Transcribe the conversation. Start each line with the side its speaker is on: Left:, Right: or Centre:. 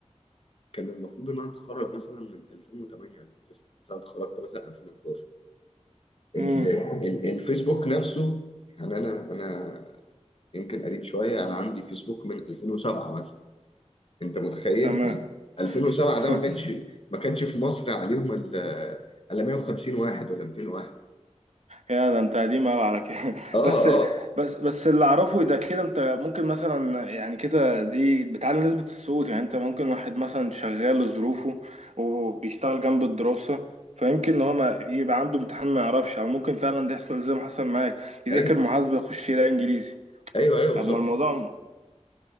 Left: كان المفروض ان انا اتخرج مثلا من 2008 2009 بس انا اتخرجت مثلا 2011 ال-
Right: امم
Left: ال- الفيسبوك نفسه يعني انا انا يمكن قديم شويه انا عندي فيسبوك من 2007 مثلا انت متخيل
Right: تمام
Left: 2007
Right: <laughs>
Left: ده ما كانش ما كانش في مصر عليهم ال- الا 150 واحد ولا 200 واحد
Right: يا ده انت قديم قوي على كده <laughs>
Left: اه
Right: بس
Left: اه
Right: بس بس اللي اعرفه ده كده انت ممكن مثلا يعني كده دي بتعلي نسبة الصوت يعني انت ممكن واحد مثلا شغال لظروفه وبيشتغل جنب الدراسة فيمكن ان هو ما- يبقى عنده امتحان ما يعرفش او ممكن فعلا ده يحصل زي ما حصل معاك يذاكر
Left: ايوه
Right: محاسبة يخش يلاقي انجليزي
Left: ايوه ايوه
Right: طب
Left: بالظبط
Right: ما الموضوع